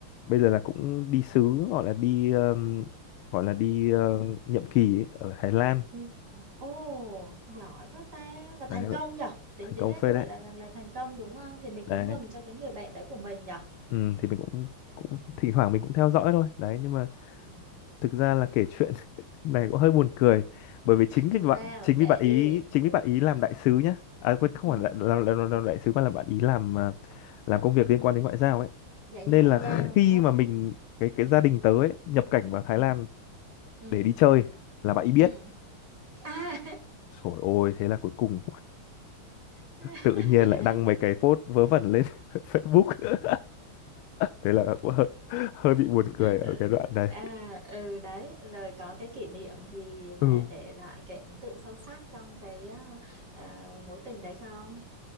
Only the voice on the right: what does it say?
Ừ. Ồ, giỏi quá ta và thành
công nhở tính
tính
ra
như vậy
là, là là thành công đúng không thì mình
cũng mừng cho cái người bạn đấy của mình nhở
Ừ.
Làm
sao
kệ
đi.
Ừ.
ừ
Dạy
như ngoại
giao
đúng không?
Ừ.
ừ
Ừ.
Ừ. À.
<laughs>
Ừ,
À ừ đấy rồi có cái kỷ niệm gì mà
để lại cái ấn tượng sâu sắc trong cái à, à, mối tình đấy không?